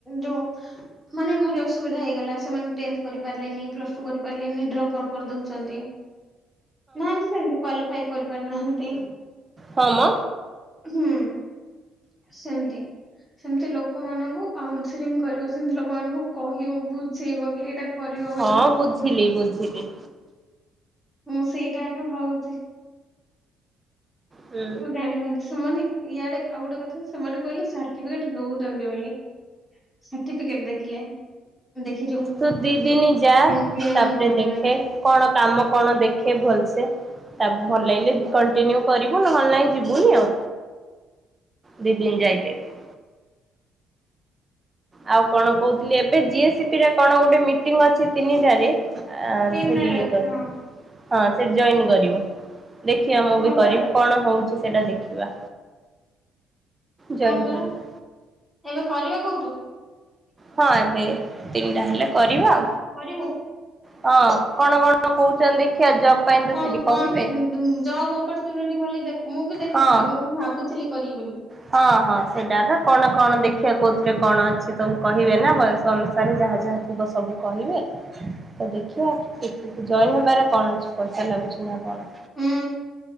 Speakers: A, in the centre; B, on the right.
A: ଯୋଉ ମାନେ ଘରେ ଅସୁବିଧା ହେଇଗଲା ସେମାନେ ଟେନ୍ଥ କରିପାରିଲେନି ପ୍ଲସ ଟୁ କରିପାରିଲେନି ଡ୍ରପ ଆଉଟ୍ କରିଦଉଛନ୍ତି। ନାହାନ୍ତି ସେମତି କ୍ୱାଲିଫାଇ କରିପାରିନାହାନ୍ତି?
B: ହଁ ମ
A: ହୁଁ ସେମତି ସେମତି ଲୋକମାନଙ୍କୁ କାଉନସେଲିଂ କରିବ ସେମିତି ଲୋକମାନଙ୍କୁ କହିବ ବୁଝେଇବ କି ଏଇଟା କରିବ
B: ହଁ
A: ବୋଲି।
B: ବୁଝିଲି ବୁଝିଲି।
A: ମୁଁ ସେଇଟା ଆକା ଭାବୁଚି।
B: ହୁଁ
A: ମୁଁ ଜାଣିିପାରୁନି ସୁବୁନି? ଇଆଡେ ଆଉ ଗୋଟେ କଥା ସେମାନେ କହିଲେ ସାର୍ଟିଫିକେଟ ଦଉଛନ୍ତି ବୋଲି। ସାର୍ଟିଫିକେଟ ଦେଖିଲେ। ଦେଖିଛୁ
B: ତୁ ଦି ଦିନ ଯା
A: ଇଣ୍ଡିଆନ୍
B: ତାପରେ
A: ଗମେଣ୍ଟ
B: ଦେଖେ କଣ କାମ କଣ ଦେଖେ ଭଲସେ ତାପ ଭଲ ଲାଗିଲେ କଣ୍ଟିନ୍ୟୁ କରିବୁ ନହେଲେ ନାହିଁ ଯିବୁନି ଆଉ। ଦି ଦିନ ଯାଇ ଦେଖ। ଆଉ କଣ କହୁଥିଲି ଏବେ ଜିଏସିପିରେ କଣ ଗୋଟେ ମିଟିଂ ଅଛି ତିନିଟା ରେ ଆ
A: ତିନିଟାରେ
B: ସେଠି
A: ଅଛି
B: ଏ କର।
A: ହଁ
B: ହଁ ସେଠି ଜଏନ୍ କରିବୁ। ଦେଖିବା ମୁଁ
A: ହଁ
B: ବି କରିବି
A: ପରା
B: କଣ ହଉଚି। ସେଇଟା ଦେଖିବା। ଜଏନ୍
A: ହଁ ପରା
B: କରିବା।
A: ଏବେ କରିବା କହୁଚୁ?
B: ହଁ ଏବେ ତିନିଟା ହେଲେ କରିବା।
A: କରିବୁ?
B: ହଁ କଣ କଣ କହୁଛନ୍ତି? ଜବ୍ ପାଇଁ ତ
A: କଣ
B: ସେଠି
A: କଣ
B: କହିବେ।
A: ଜବ୍ ଅପରଚୁନିଟି ବୋଲି ମୁଁ ବି ଦେଖିଥିଲି
B: ହଁ
A: ମୁଁ ବି ଭାବୁଥିଲି। କରିବି ବୋଲି
B: ହଁ ହଁ ସେଇଟାକା କଣ କଣ ଦେଖିବା କୋଉଥିରେ କଣ ଅଛି ସବୁ କହିବେ ନା ବୟସ ଅନୁସାରେ ଯାହା ଯାହା ଥିବ ସବୁ କହିବେ। ତ ଦେଖିବା କି ଜଏନ ହେବାରେ କଣ ଅଛି ପଇସା ଲାଗୁଛି ନା କଣ।
A: ହୁଁ।